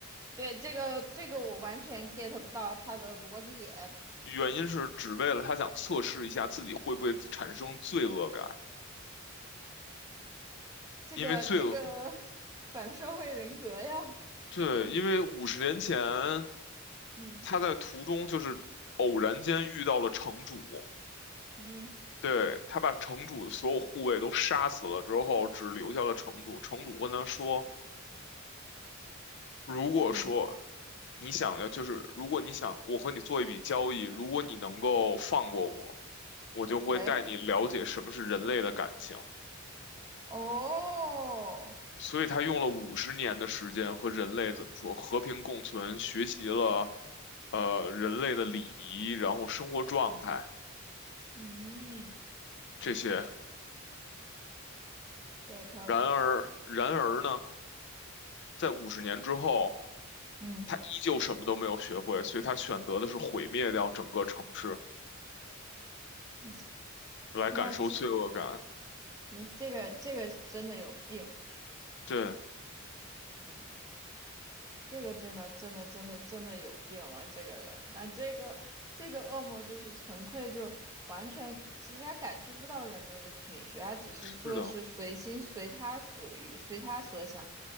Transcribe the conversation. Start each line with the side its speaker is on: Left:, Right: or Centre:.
Right: 对，这个这个我完全 get 不到他的逻辑点，
Left: 原因是只为了他想测试一下自己会不会产生罪恶感，
Right: 这个这个
Left: 因为罪恶，
Right: 反社会人格呀。
Left: 对，因为五十年前
Right: 嗯
Left: 他在途中就是偶然间遇到了城主，
Right: 嗯
Left: 对，他把城主的所有护卫都杀死了之后，只留下了城主。城主跟他说：“如果说
Right: 嗯
Left: 你想要，就是如果你想我和你做一笔交易，如果你能够放过我，我就会带你了解什么是人类的感情。”
Right: ，OK，哦，
Left: 所以他用了五十年的时间和人类怎么说和平共存，学习了呃人类的礼仪，然后生活状态
Right: 嗯
Left: 这些。
Right: ，get
Left: 然而，
Right: 了。
Left: 然而呢，在五十年之后，
Right: 嗯，
Left: 他依旧什么都没有学会，所以他选择的是毁灭掉整个城市，
Right: <laughs>
Left: 来感受罪恶感。
Right: 那这你这个这个真的有病。
Left: 对，
Right: 嗯。这个真的真的真的真的有病了，这个人，那这个这个恶魔就是纯粹就完全，其实他感受不到人类的情绪，他只是做事随心随他所欲，
Left: 是的，
Right: 随他所想，